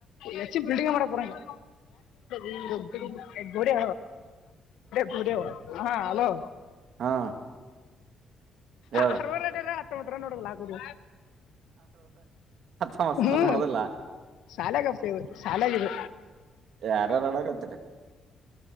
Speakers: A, on the left (about 85°); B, on the right (about 65°).
A: ಹೆಚ್ಚಿಗ್ ಪಿಲ್ಡಿಂಗ್ ಮಾಡಾಕ್ ಬರಾಂಗಿಲ್. ಈ ಗೋಡೆ ಗೋಡೆೋಡೆ ಹಾ ಹಲೋ.
B: ಹಾ. ಹೇಳ
A: ಆರವರೆ ಆಡ್ಯಾರ್ ಹತ್ತೊಂಬತ್ ರನ್ ಹೊಡ್ಯಲ್ ಆಗವಲ್.
B: ಹತ್ತೊಂಬತ್
A: ಹ್
B: ನೋಡದಿಲ್ಲ
A: ಶಾಲ್ಯಾಗಪ್ಪಿ ಈದ್ ಶಾಲ್ಯಾಗಿದ.
B: ಯಾರ್ಯಾರ ಆಡಾಕತ್ತಿರಿ.